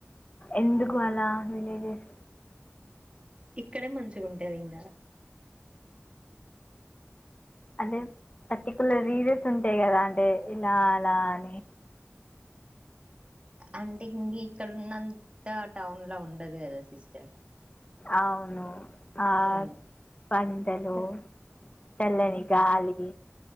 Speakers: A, on the left; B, on the right.
A: ఎందుకు అలా విలేజెస్
B: ఇక్కడ మంచిగుంటది ఇంగా
A: అదే పర్టికులర్లీ ఇడే స్తుంటాయ్ కదా అంటే ఇలా అలా అని
B: అంటే ఇంగ్ ఇక్కడ ఉన్నంత టౌన్ లో ఉండదు గదా సిస్టర్
A: అవును ఆ
B: హ్మ్
A: పంటలు
B: ఇక్క
A: చల్లని గాలి